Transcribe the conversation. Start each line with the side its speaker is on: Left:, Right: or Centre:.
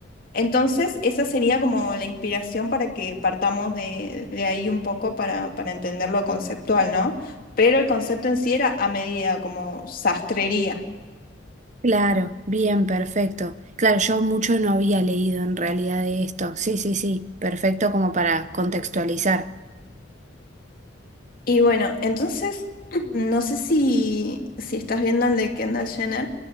Left: Entonces, esa sería como la inspiración para que partamos de, de ahí un poco para, para entender lo conceptual, ¿no? pero el concepto en sí era a medida, como sastrería.
Right: Claro, bien, perfecto. Claro, yo mucho no había leído en realidad de esto. Sí, sí, sí, perfecto como para contextualizar.
Left: Y bueno, entonces, <clears throat> no sé si, si estás viendo el de Kendall Jenner,